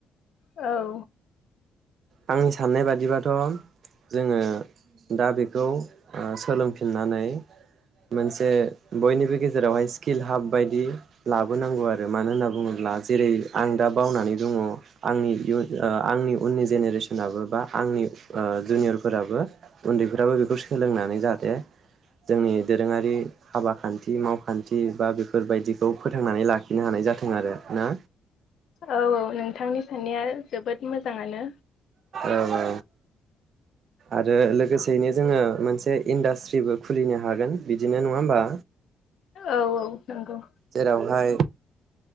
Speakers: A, on the left; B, on the right.
A: औ
B: आंनि साननाय बादिबाथ' जोङो दा बेखौ ओ सोलोंफिननानै मोनसे बयनिबो गेजेरावहाय स्किल हाब बायदि लाबोनांगौ आरो मानो होनना बुङोब्ला जेरै आं दा बावनानै दङ आंनि इयुन ओ आंनि उननि ज जेनेरेसनाबो बा आंनि जुनियरफोराबो उन्दैफोराबो बेखौ सोलोंनानै जाहाथे जोंनि दोरोङारि हाबा खान्थि मावखान्थि बागो बेफोरबायदिखौ फोथांनानै लाखिनो हानाय जाथों आरो ना
A: औ नोंथांनि सान्नाया जोबोद मोजाङानो।
B: औ औ आरो लोगोसेयैनो जोङो मोनसे इन्डास्ट्रिबो खुलिनो हागोन बिदिनो नङा होमबा।
A: औ औ नंगौ
B: जेरावहाय